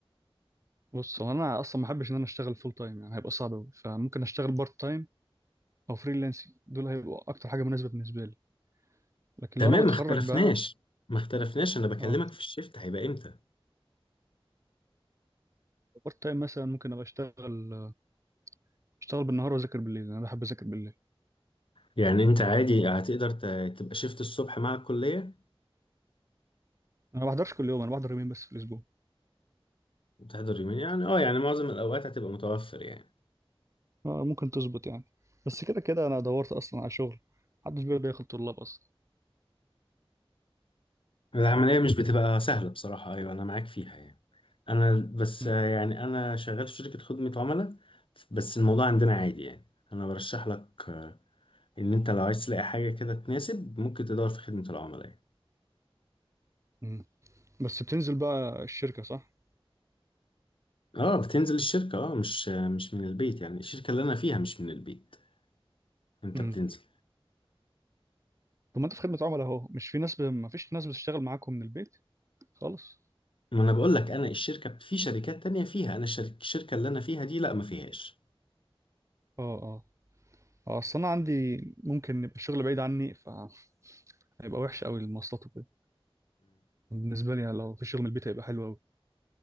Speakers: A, on the right (about 30°); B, on the left (about 60°).
A: بص هو انا اصلا ما احبش ان انا اشتغل فول تايم يعني هيبقى صعب قوي فممكن اشتغل بارت تايم او فريلانسنج دول هيبقوا اكتر حاجه مناسبه بالنسبه لي لكن
B: تمام
A: لو انا متخرج
B: ما اختلفناش
A: بقى
B: ما اختلفناش انا بكلمك
A: اه
B: في الشيفت هيبقى امتى
A: بارت تايم مثلا ممكن ابقى اشتغل اشتغل بالنهار واذاكر بالليل انا بحب اذاكر بالليل
B: يعني انت عادي هتقدر ت- تبقى شيفت الصبح مع الكليه
A: انا ما بحضرش كل يوم انا بحضر يومين بس في الاسبوع
B: وتحضر يومين يعني اه يعني معظم الاوقات هتبقى متوفر يعني
A: آه، ممكن تظبط يعني بس كده كده انا دورت اصلا على شغل محدش بيرضى ياخد طلاب اصلا
B: العملية مش بتبقى سهلة بصراحة أيوة أنا معاك فيها يعني أنا بس
A: مم.
B: آه، يعني أنا شغال في شركة خدمة عملاء بس الموضوع عندنا عادي يعني أنا برشح لك آه، إن أنت لو عايز تلاقي حاجة كده تناسب ممكن تدور في خدمة العملاء يعني.
A: مم. بس بتنزل بقى الشركه صح
B: أه بتنزل الشركة أه مش آه، مش من البيت يعني الشركة اللي أنا فيها مش من البيت أنت
A: مم.
B: بتنزل
A: طب ما انت في خدمه عملاء اهو مش في ناس ب... ما فيش ناس بتشتغل معاكم من البيت خالص
B: ما أنا بقول لك أنا الشركة في شركات تانية فيها أنا الشر- الشركة اللي أنا فيها دي لأ ما فيهاش
A: اه اه آه، اصل انا عندي ممكن يبقى الشغل بعيد عني فهيبقى وحش قوي المواصلات وكده بالنسبه لي لو في شغل من البيت هيبقى حلو قوي